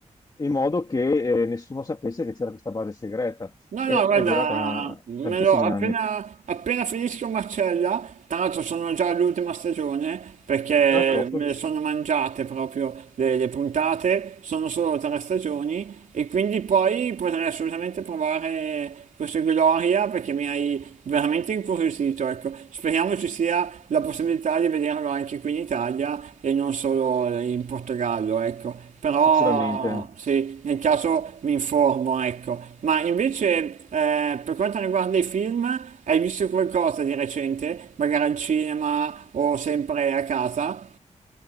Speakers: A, on the left; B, on the right.
A: in modo che eh, nessuno sapesse che c'era questa base segreta.
B: No,
A: E-
B: no,
A: è
B: guarda,
A: durata
B: me
A: tantissimi
B: lo- appena,
A: anni.
B: appena finisco Marcella, tra l'altro sono già all'ultima stagione perché
A: Ah, top,
B: me le sono mangiate proprio le, le puntate, sono solo tre stagioni e quindi poi potrei assolutamente provare questo Gloria perché mi hai veramente incuriosito, ecco. Speriamo ci sia la possibilità di vederlo anche qui in Italia e non solo in Portogallo, ecco. Però
A: sicuramente.
B: sì, nel caso mi informo, ecco. Ma invece eh, per quanto riguarda i film, hai visto qualcosa di recente? Magari al cinema o sempre a casa?